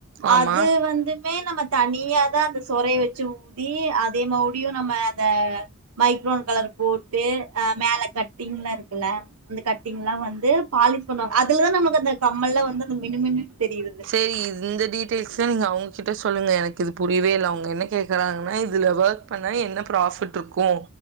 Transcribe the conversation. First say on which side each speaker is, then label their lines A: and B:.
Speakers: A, on the right; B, on the right.
A: ஆமா
B: அது வந்து அதுமே நம்ம தனியா தா அந்த சொறைய வச்சி ஊத்தி அதே மௌடியு நம்ம அந்த மைக்ரோன் கலர் போட்டு அ மேல கட்டிங்லா இருக்குல அந்த கட்டிங்லா வந்து பாலிஷ் பண்ணுவாங்க அதுலதா நமக்கு அந்த கம்மல்லா வந்து அந்த மினுமினுன் தெரிறது
A: செரி இந்த டீட்டெயில்ஸ்லா நீங்க அவுங்கிட்ட சொல்லுங்க எனக்கு இது புரியவே இல்ல அவுங்க என்ன கேட்குறாங்கன்னா இதுல ஒர்க் பண்ணா என்ன ப்ராஃபிட் இருக்கு